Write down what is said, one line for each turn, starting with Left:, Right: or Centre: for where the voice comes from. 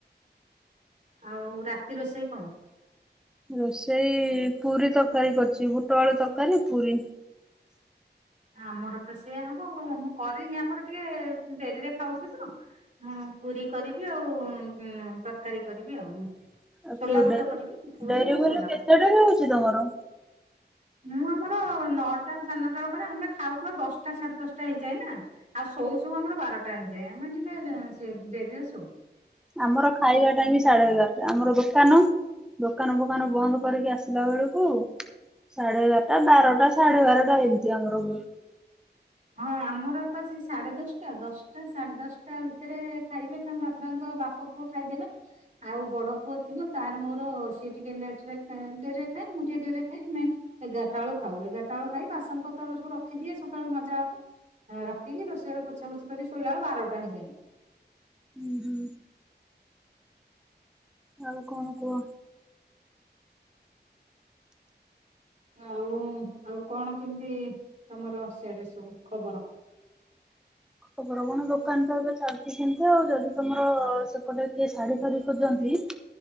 Right: ଆଉ ରାତି ରୋଷେଇ କଣ?
Centre: ରୋଷେଇ ପୁରୀ ତରକାରୀ କରିଛି ବୁଟ ଆଳୁ ତରକରୀ ପୁରୀ।
Right: ଆମର ତ ସେଇଆ ହବ ମୁଁ କରିନି ଆମର ଟିକେ ଡେରିରେ ଖାଉଛୁ ତ ମୁଁ ପୁରୀ କରି ଆଉ ତରକାରୀ କରିବି ଆଉ
Centre: <unintelligible>
Right: ସୋଲା ବୁଟ କରିବି ପୁରୀ
Centre: ଡେରି
Right: ଆଉ
Centre: ବୋଲି
Right: ସୋଲା ବୁଟ
Centre: କେତେ ଡେରି ହୋଉଛି ତମର?
Right: ମୁଁ ଆମର ନଟା ସାଢେ ନଟା ବେଳକୁ ତାପରେ ଆମେ ଖାଉ ଖାଉ ଦଶଟା ସାଢ଼େ ଦଶଟା ହେଇ ଯାଏ ନା ଶୋଉ ଶୋଉ ବାରଟା ଆମେ ଟିକେ ସେ ଡେରିରେ ସ।
Centre: ଆମର ଖାଇବା ଟାଇମ୍ ସାଢ଼େ ଏଗାରଟା ଆମର ସାଢ଼େ ନଅ ଦୋକାନ ଫୋକନ ବନ୍ଦ୍ କରିକି ଆସିଲାବେଳକୁ ସାଢ଼େ ବାରଟା ବାରଟା ସାଢ଼େ ବାରଟା ଏମିତି ଆମର ହୁଏ।
Right: ହଁ ଆମର ପା ସେଇ ସାଢ଼େ ଦସ୍ ଟା, ଦସ୍ ଟା ସାଢ଼େ ଦସ୍ ଟା ଭିତରେ ଖାଇବେ ତାଙ୍କ ବାପାଙ୍କ ବାପ ପୁଅ ଖାଇ ଦେବେ ଆଉ ବଡ ପୁଅ ଥିବ ତାର ମୋର ସିଏ ଟିକେ ଲେଟ୍ ରେ ଖାଏ ଡେରିରେ ଖାଏ ମୁଁ ଟିକେ ଡେରିରେ ଖାଏ ଏଗାର ଟା ବେଳକୁ ଖାଉ ବାସନ ପତ୍ର ସବୁ ରଖିଦିଏ ସଖାଳୁ ମଜା ହ <inaudible> ରଖିକି ରୋଷେଇ ଘର ପୋଛାପୋଛି କରି ଶ୍ ଶୋଇଲା ବେଳୁ ବାରଟା ହେଇଯାଏ।
Centre: ଉଁ ହୁଁ ଆଉ କଣ କୁହ?
Right: ଆଉ ଆଉ କଣ କେମିତି ତମର ସ୍ୟାଡେ ସବୁ ଖବର?
Centre: ଖବର କଣ ଦୋକାନ ତ ଏବେ ଚାଲିଚି ସେମିତି ଆଉ ଯଦି ତମର ସେପଟେ କିଏ ଶାଢୀ ଫାଢୀ ଖୋଜନ୍ତି